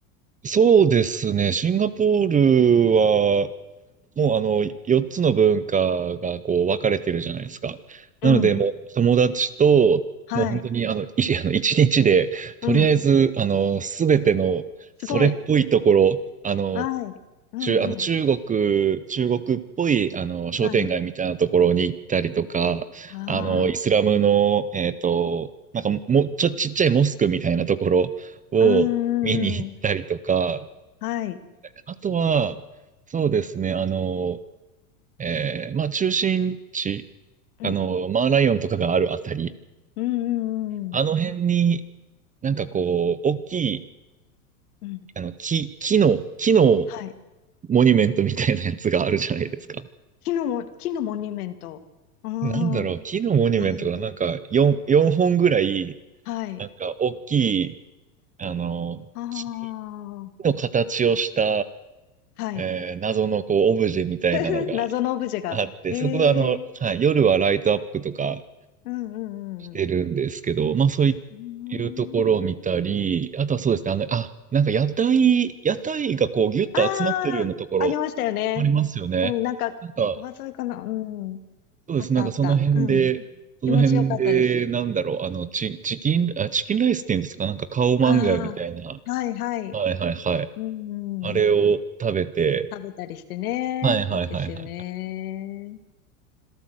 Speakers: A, on the right; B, on the left.
A: い、そうですね。シンガポールは、もうあの、4つの文化がこう分かれてるじゃないですか。なので、
B: うん。
A: もう友達と、
B: はい。
A: もう本当にあの、い、<laughs> あの、1日で、とりあえず、
B: うん。
A: あの、すべての、
B: すごい。
A: それっぽいところ、あの、
B: はい。うんうん。
A: 中、あの、中国、中国っぽい、あの、商店街みたいなところに行ったりとか、
B: はい。あ
A: あの、イスラムの、えっと、なんかも、ちょ、ちっちゃいモスクみたいなところを見に行ったりとか、
B: あ。うんうんうん。はい。
A: あとは、そうですね、あの、えーまあ、中心地、
B: うん
A: あの、マーライオンとかがあるあたり、
B: うんうんうんうん。
A: あの辺になんかこう、大きい、
B: うん。
A: あの、木、木の、木の
B: はい。
A: モニュメントみたいなやつがあるじゃないですか。
B: 木のも、木のモニュメント。うん。
A: なんだろう、
B: は
A: 木のモニュメントがなんか4、
B: い。
A: 4本ぐらい、
B: はい。
A: なんか大きい、あの、
B: ああ。
A: 木の形をした、
B: はい。
A: えー謎のこう、オブジェみたいなのが
B: <laughs> 謎のオブジェが。
A: あって、
B: ええ
A: そこであの、はい、夜はライトアップとか
B: うんう
A: してるんですけど、
B: んうん
A: まあそうい
B: うん。
A: うところを見たり、
B: うーん。
A: あとはそうですね、あの、あ、なんか屋台、屋台がこう、ぎゅっと集まってるようなところ
B: ああ、ありましたよね。
A: ありますよね。
B: うん、なんか、
A: なんか、
B: 川沿いかな。うん。
A: そうです。
B: あったあった。
A: なんかその辺で、
B: うん。
A: その辺で、
B: 気持ちよかったです。
A: なんだろう、あの、チ、チキン、あ、チキンライスっていうんですか、なんかカオマンガイみたいな。
B: ああ、はいはい。
A: はいはいはい。
B: うんうん。
A: あれを食べて、
B: 食べたりしてね。
A: はいはいはいはいはい。
B: いいですよね。